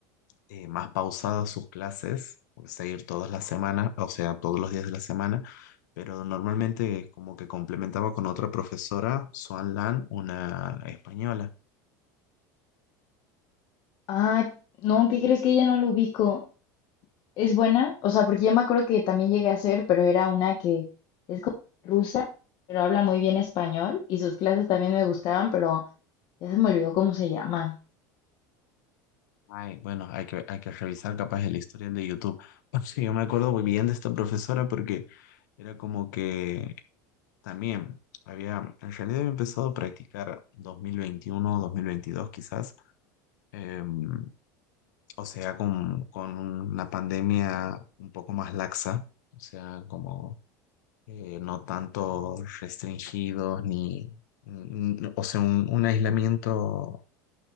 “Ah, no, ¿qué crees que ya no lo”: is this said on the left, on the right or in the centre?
Left